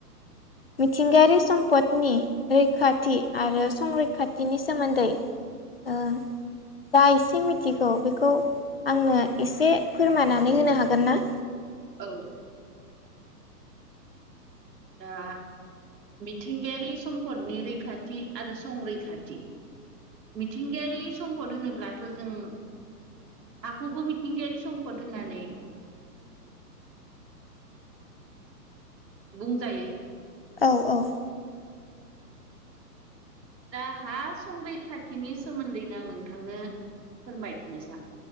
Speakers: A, on the left (about 40°); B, on the right (about 80°).
A: मिथिंगायारि सम्पदनि रैखाथि आरो संरैखाथिनि सोमोन्दै ओ जा एसे मिथिगौ बेखौ आंनो एसे फोरमायनानै होनो हागोन ना
B: औ दा मिथिंगायारि सम्पदनि रैखाथि आरो संरैखाथि मिथिंगायारि सम्पद होनोब्लाथ' जों हाखौबो मिथिंगायारि सम्फद होननानै बुंजायो
A: औ औ
B: दा हा संबैखाथिनि सोमोन्दैनो आं नोंथांनो फोरमायनो